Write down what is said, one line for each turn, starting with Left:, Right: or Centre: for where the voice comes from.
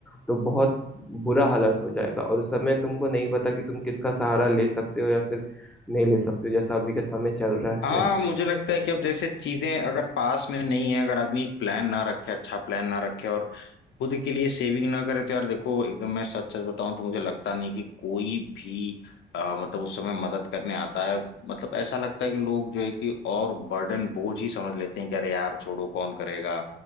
Centre: तो बहुत बुरा हालत हो जाएगा और उस समय तुमको नहीं पता कि तुम किसका सहारा ले सकते हो या फिर नहीं ले सकते हो जैसा अभी का समय चल रहा
Left: हाँ
Centre: है
Left: मुझे लगता है कि अब जैसे चीजें अगर पास में नहीं है अगर आदमी एक प्लान ना रखे अच्छा प्लान ना रखे और खुद के लिए सेविंग ना करे तो यार देखो एकदम मैं सच सच बताऊं तो मुझे लगता नहीं कि कोई भी आ, मतलब उस समय मदद करने आता है मतलब ऐसा लगता है कि लोग जो है कि और बर्डन बोझ ही समझ लेते हैं कि अरे यार छोड़ो कौन करेगा